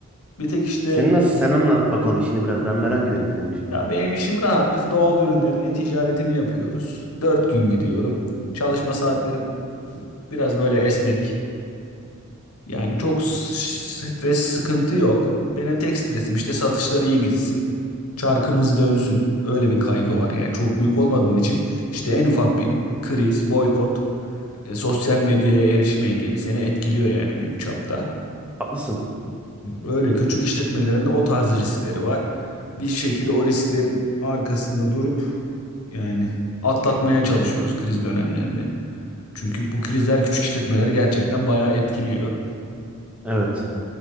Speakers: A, on the left (about 80°); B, in the centre.
A: Bir tek işte
B: Senin nasıl? Sen anlat bakalım işini biraz. Ben merak ediyorum senin işini.
A: ya benim işim rahat. Biz doğal ürünlerin e-ticaretini yapıyoruz. Dört gün gidiyorum. Çalışma saatlerim biraz böyle esnek. Yani çok s- stres sıkıntı yok. Benim tek stresim işte satışlar iyi gitsin. Çarkımız dönsün. Öyle bir kaygı var. Yani çok büyük olmadığın için işte en ufak bir kriz, boykot, e, sosyal medyaya erişim engeli seni etkiliyor yani büyük çapta.
B: Haklısın.
A: Öyle küçük işletmelerinde o tarz riskleri var. Bir şekilde o risklerin arkasında durup yani atlatmaya çalışıyoruz kriz dönemlerini. Çünkü bu krizler küçük işletmeleri gerçekten bayağı etkiliyor.
B: Evet.